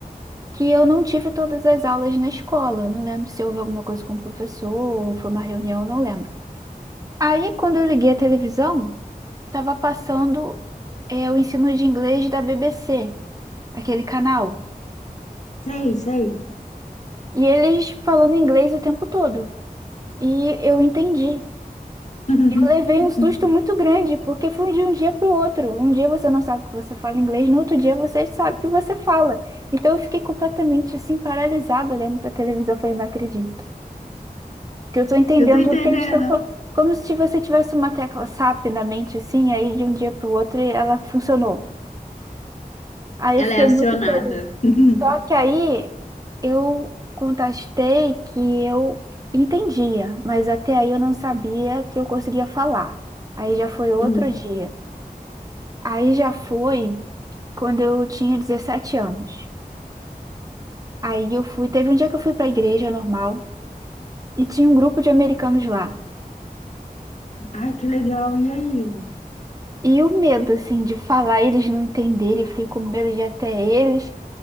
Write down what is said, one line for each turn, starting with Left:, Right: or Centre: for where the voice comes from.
Right: que eu não tive todas as aulas na escola. Eu Não lembro se houve alguma coisa com o professor, ou foi uma reunião, não lembro. Aí, quando eu liguei a televisão, estava passando é, o ensino de inglês da BBC, aquele canal.
Left: Sei, sei.
Right: E eles falando inglês o tempo todo. E eu entendi.
Left: <laughs>
Right: Eu levei um susto muito grande, porque foi de um dia para o outro. Um dia você não sabe que você fala inglês, no outro dia você sabe que você fala. Então eu fiquei completamente assim, paralisada, olhando para a televisão. Eu falei, não acredito. Que eu estou entendendo
Left: Eu tô entendendo.
Right: tudo que eles estão falando. Como se você tivesse uma tecla SAP na mente, assim, aí de um dia para o outro ela funcionou. Aí
Left: Ela
Right: eu fiquei
Left: é acionada.
Right: muito feliz.
Left: <laughs>
Right: Só que aí eu contestei que eu entendia, mas até aí eu não sabia que eu conseguia falar. Aí já foi outro
Left: Hum.
Right: dia. Aí já foi quando eu tinha 17 anos. Aí eu fui, teve um dia que eu fui pra igreja normal e tinha um grupo de americanos lá.
Left: Ai, que legal. E aí?
Right: E o medo, assim, de falar, eles não entenderem, eu fiquei com medo de ir até eles.